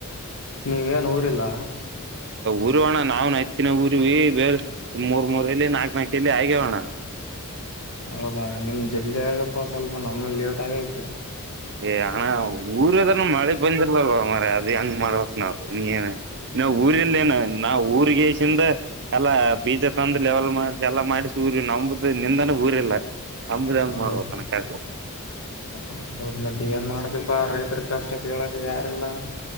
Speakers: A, on the left; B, on the right.
A: ನೀವೇನ್ ಊರಿಲ್ಲ.
B: ಊರುವ ಅಣ್ಣ ನಾವ್ ಹತ್ಿನ ಊರ್ ಬೇ ಮೂರ್ ಮೂರಲ್ಲಿ ನಾಕ್ ನಾಕಲ್ಲಿ ಆಗ್ಯವಣ್ಣ.
A: ಹೌದಾ ನಿಮ್ ಜಲ್ದಿ ಆಗಪ್ಪ ಸ್ವಲ್ಪ ನಮ್ಮ ಲೇಟ್ ಆಗ ಬಿಡಿ.
B: ಏ ಹಣ್ಣ ಊರದನ ಮಳೆಗ್ ಬಂದಿಲ್ಲಲ್ವ ಮ್ರ ಅದ ಹೆಂಗ್ ಮಾಡವ. ಏನ ಇನ್ನ ಊರಿಲ್ಲ ಏನ ನಾ ಊರಿಗೆ. ಿಂದ ಎಲ್ಲ ಬೀಜ ತಂದು ಲೆವೆಲ್ ಮಾಡ ಎಲ್ಲ ಮಾಡಿ ಸೂರ್ಯ ನಂಬ. ನಿಂದಾನೆ ಊರ ಇಲ್ಲ ಅಂಬದ ಮಾಡುವನಗೆು.
A: ಹೌದು ಹೌದೌದು ಮತ್ತೆ ಏನ್ ಮಾಡ್ದಿಪ್ಪಾ ರೈತರ ಕಷ್ಟ ಕೇಳಕ್ ಯಾರೆಲ್ಲ.